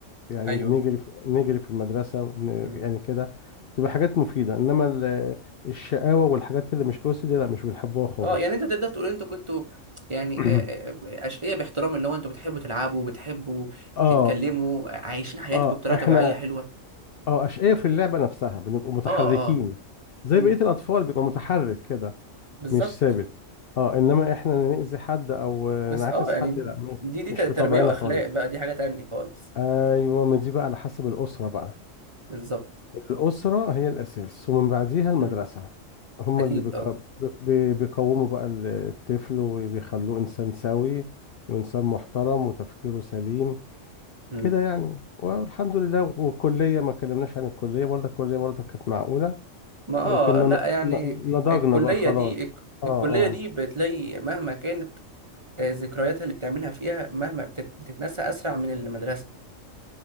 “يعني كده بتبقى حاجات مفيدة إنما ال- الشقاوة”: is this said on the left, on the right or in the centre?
Left